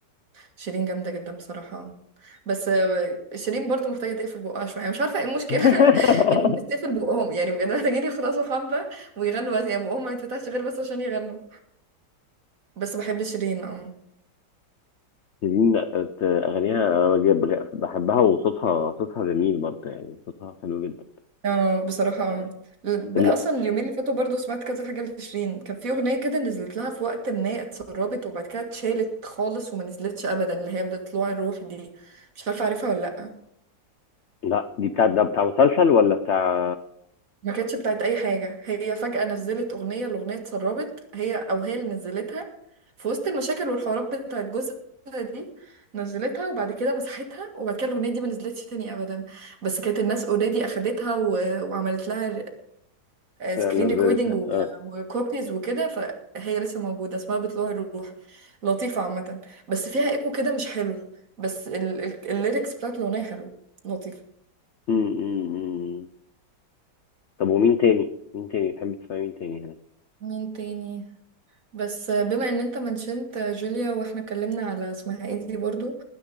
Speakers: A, on the right; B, on the left.
A: شيرين جامدة جدا بصراحة بس آه، شيرين برضو محتاجة تقفل بقها شوية مش عارفة ايه المشكلة
B: <laughs>
A: <laughs> ان الناس تقفل بقهم يعني بجد محتاجين يخلصوا حبة ويغنوا بس يعني بقهم ما يتفتحش غير بس عشان يغنوا بس بحب شيرين اه
B: شيرين لأ، اغانيها بج- بحبها وصوتها صوتها جميل برضه يعني صوتها حلو جدا
A: اه بصراحة اه
B: آه،
A: ال-
B: لا
A: اصلا اليومين اللي فاتوا برضو سمعت كذا حاجة لشيرين كان في اغنية كده نزلت لها في وقت ما اتسربت وبعد كده اتشالت خالص وما نزلتش ابدا اللي هي بطلوع الروح دي مش عارفة عارفها ولا لأ
B: لا دي بتاع ده بتاع مسلسل ولا بتاع
A: ما كانتش بتاعت اي حاجه هي فجاه نزلت اغنيه الاغنيه اتسربت هي او هي اللي نزلتها في وسط المشاكل والحوارات بتاعت جوزها دي نزلتها وبعد كده مسحتها وبعد كده الاغنيه دي ما نزلتش تاني ابدا بس كانت الناس اوريدي اخدتها و... وعملت لها
B: نزلتها
A: سكرين ريكوردنج
B: اه
A: وكوبيز وكده فهي لسه موجوده اسمها بطلوع الروح لطيفه عامه بس فيها ايكو كده مش حلو بس ال- ال- الليركس بتاعت الاغنيه حلو لطيفه
B: أمم، أمم، أمم. طب ومين تاني مين تاني تحب تسمع مين تاني يعني
A: مين تاني بس بما ان انت منشنت جوليا واحنا اتكلمنا على اسمها ايه دي برضو